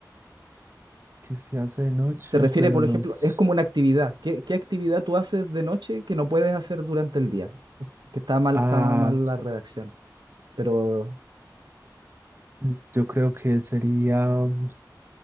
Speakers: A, on the right; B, on the right.
A: que se hace de noche,
B: Se refiere,
A: pero
B: por
A: no
B: ejemplo,
A: s-
B: es como una actividad. ¿Qué, qué actividad tú haces de noche que no puedes hacer durante el día? Es que está mal,
A: Ah,
B: está mal la redacción, pero
A: mm, yo creo que sería, mm,